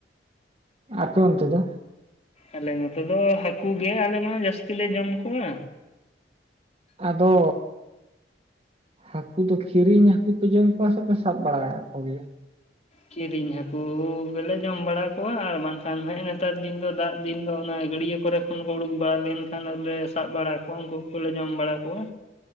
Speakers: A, on the right; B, on the left.
A: ᱟᱹᱛᱩᱨ ᱛᱮᱫᱚ
B: ᱟᱞᱮ ᱱᱚᱛᱮ ᱫᱚ ᱦᱟᱹᱠᱩ ᱜᱮ ᱟᱞᱮ ᱢᱟ ᱡᱟᱹᱥᱛᱤ ᱞᱮ ᱡᱚᱢ ᱠᱚᱣᱟ᱾
A: ᱟᱫᱚ ᱦᱟᱹᱠᱩ ᱫᱚ ᱠᱤᱨᱤᱧ ᱦᱟᱠᱩ ᱯᱮ ᱡᱚᱢ ᱠᱚᱣᱟ ᱥᱮᱯᱮ ᱥᱟᱵ ᱵᱟᱲᱟ ᱠᱚᱜᱮᱭᱟ?
B: ᱠᱤᱨᱤᱧ ᱦᱟᱹᱠᱩ ᱜᱮᱞᱮ ᱡᱚᱢ ᱵᱟᱲᱟ ᱠᱚᱣᱟ ᱟᱨ ᱵᱟᱝᱠᱷᱟᱱ ᱦᱮᱜ ᱱᱮᱛᱟᱨ ᱫᱤᱱ ᱫᱚ ᱫᱟᱜ ᱫᱤᱱ ᱫᱚ ᱚᱱᱟ ᱜᱟᱹᱰᱭᱟᱹ ᱠᱚᱨᱮ ᱛᱚᱠᱷᱚᱱ ᱠᱚ ᱩᱰᱩᱠ ᱵᱟᱲᱟ ᱞᱮᱱᱠᱷᱟᱱ ᱟᱞᱮ ᱥᱟᱵ ᱵᱟᱲᱟ ᱠᱚᱣᱟ ᱩᱱᱠᱩ ᱠᱚᱞᱮ ᱡᱚᱢ ᱵᱟᱲᱟ ᱠᱚᱣᱟ᱾